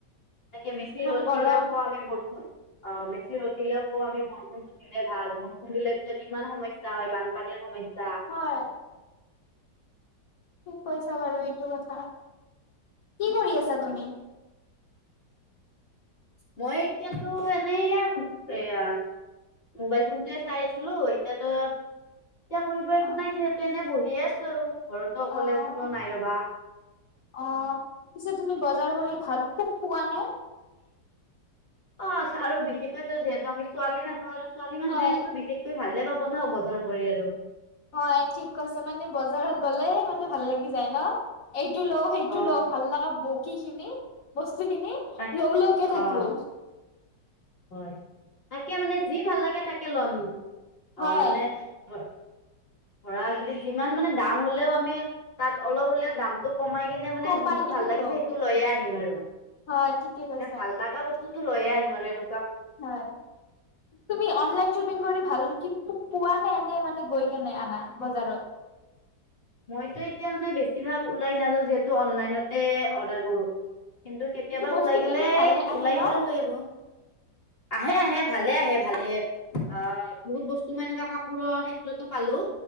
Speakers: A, on the left (about 35°); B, on the left (about 45°).
A: তাকে মেচি
B: ইমান
A: ৰ'দ
B: গৰম
A: দিলেও ক আমি বৰষুণ অ বেছি ৰ'দ দিলেও কও আমি বৰষুণতো দিলে ভাল, বৰষুণ দিলে পিছত ইমান সমইচ স্যা হয় বানপানীৰ সমস্যা।
B: হয় ঠিক কৈছা বাৰু এইটো কথা, কি কৰি আছা
A: অ
B: তুমি?
A: মই এতিয়া টো এনেই এম, এয়া মোবাইল ফোনটোয়ে চাই আছিলো এতিয়াত এতিয়া কৰিব একো
B: অ
A: নাই যিহেতু এনে বহিয়ে আছো আৰু ঘৰতো
B: অ
A: অকলে কোনো নাই ৰবা।
B: অ, পিছে তুমি বজাৰ কৰি ভাল খুব খুৱা নে?
A: অচ আৰু বিশেষকৈ ত যিহেতু আমি ছোৱালী মানুহ আৰু ছোৱালী মানুহেতো
B: হয়।
A: বিশেষ কে ভালে পাব নহয় বজাৰ কৰি আৰু।
B: হয় ঠিক কৈছে মানে বজাৰত গলে মানে ভাল লাগি যায় ন। এইটো লও, সেইটো
A: অ
B: লও, ভাল লাগা ব কিখিনি বস্তুখিনি।
A: তাক
B: লও লওকে থাকো।
A: অ হয়, তাকে মানে যি ভাল লাগে তাকে লম,
B: হয়।
A: অ মানে ধ ধৰা যদি যিমান মানে দাম হলেও আমি তাত অলপ হলেও দামটো কমাই কেনে মানে
B: কমাই
A: যোনটো
B: কিনে
A: ভাল লাগিছে
B: লও
A: সেইটো লৈয়ে আহিম আৰু
B: হয় ঠিকে কৈছা
A: মানে ভাল লাগা বস্তু তো লৈয়ে আহিম আৰু এনো
B: হয়। তুমি অনলাইন শ্বপিং কৰি ভাল কি খুব পোৱা নে এনে মানে গৈ কেনে আনা বজাৰত?
A: মইতো এতিয়া মানে বেছিভাগ ওলাই নাযাওঁ যিহেতু অনলাইনতে অৰ্ডাৰ কৰো। কিন্তু কেতিয়াবা
B: পিছে বস্তু
A: ওলাই গেলে,
B: খিনি ভালে আহে
A: ওলাই
B: ন?
A: গলেও লৈ আহো। আহে আহে ভালে আহে, ভালে অ, বহুত বস্তু মই এনেকুৱা কাপোৰৰ ক্ষেত্ৰতো পালো